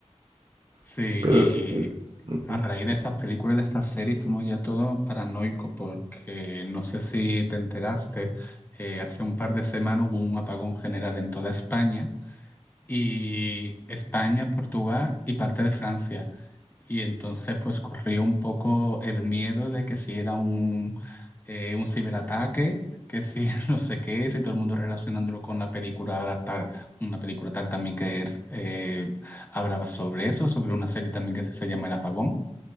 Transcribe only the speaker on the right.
<laughs> pero
sí. es- ujú.